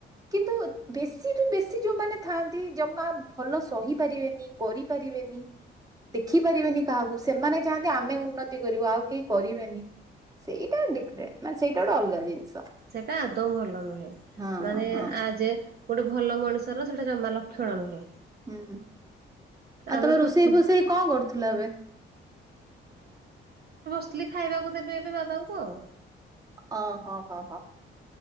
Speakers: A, on the right; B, on the right.
A: କିନ୍ତୁ ବେଶୀରୁୁ ବେଶୀ ଯୋଉମାନେ ଥାଆନ୍ତି ଜମା ଭଲ ସହି ପାରିବେନି କରିପାରିବେ ଦେଖିପାରିବେନି କାହାକୁ। ସେମାନେ ଚାହାନ୍ତି ଆମେ ଉନ୍ନତି କରିବୁ ଆଉ କେହି କରିବେନି। ସେଇଟା ଡିଫରେଣ୍ଟ ମାନେ ସେଇଟା ଗୋଟେ ଅଲଗା ଜିନିଷ।
B: ସେଟା ଆଦୌ ଭଲ ନୁହେଁ
A: ହଁ
B: ମାନେ
A: ହଁ
B: ଆ ଯେ ଗୋଟେ ଭଲ ମଣିଷର ସେଇଟା ଜମା ଲକ୍ଷଣ ନୁହେଁ।
A: ହୁଁ। ଆଉ
B: ଆମେ
A: ତମେ ରୋଷେଇ
B: ପୃଥି
A: ଫୋଷେଇ କଣ କରୁଥିଲ ଏବେ। <inaudible>
B: ହେଲେ ଖାଇବାକୁ ଦେବି ଏବେ ବାବାଙ୍କୁ ଆଉ।
A: ହ ହଁ ହଁ ହଁ।